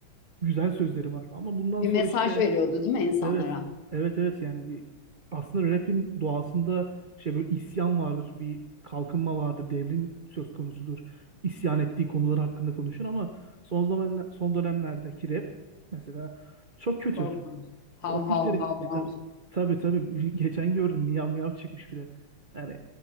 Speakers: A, on the right; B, on the left.
A: güzel sözleri var. Ama bundan
B: Bir
A: sonra
B: mesaj
A: işte
B: veriyordu değil mi insanlara?
A: Evet. Evet evet yani bir aslında rap'in doğasında şey böyle isyan vardır, bir kalkınma vardır, devrim söz konusudur. İsyan ettiği konular hakkında konuşur ama son zaman son dönemlerdeki rap mesela çok kötü.
B: Korkunç. Hav
A: Korkunç
B: hav
A: derecede
B: hav.
A: cidden. Tabii tabii <laughs> geçen gördüm miyav miyav çıkmış bir de. Yani